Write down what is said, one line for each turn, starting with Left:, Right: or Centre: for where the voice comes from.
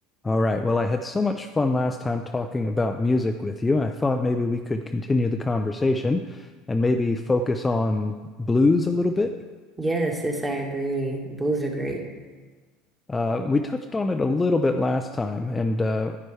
Left: All right. Well, I had so much fun last time talking about music with you, and I thought maybe we could continue the conversation and maybe focus on blues a little bit.
Right: Yes, yes, I agree. Blues are great.
Left: Uh, we touched on it a little bit last time, and uh,